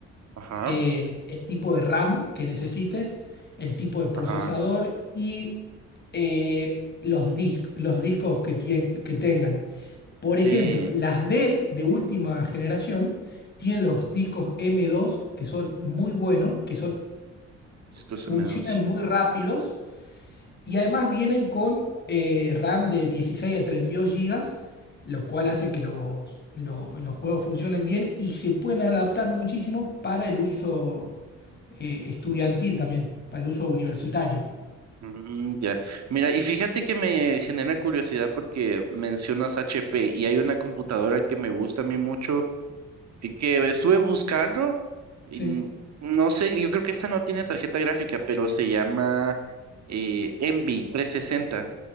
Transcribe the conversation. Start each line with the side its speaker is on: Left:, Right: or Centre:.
Right: Ajá,
Left: en el tipo de RAM que necesites, el tipo de procesador
Right: ajá,
Left: y eh, los, dis- los discos que, tien- que tengan. Por ejemplo,
Right: sí,
Left: las Dell de última generación tienen los discos M2 que son muy buenos, que son,
Right: disco
Left: funcionan
Right: M dos.
Left: muy rápidos y además vienen con eh, RAM de 16 a 32 gigas lo cual hace que los, lo- los juegos funcionen bien y se pueden adaptar muchísimo para el uso eh, estudiantil también, para el uso universitario.
Right: Mm, ya. Mira, y fíjate que me genera curiosidad porque mencionas H P y hay una computadora que me gusta a mí mucho y que estuve buscando y
Left: ¿sí?
Right: n- no sé, yo creo que esta no tiene tarjeta gráfica, pero se llama eh, Envy trescientos sesenta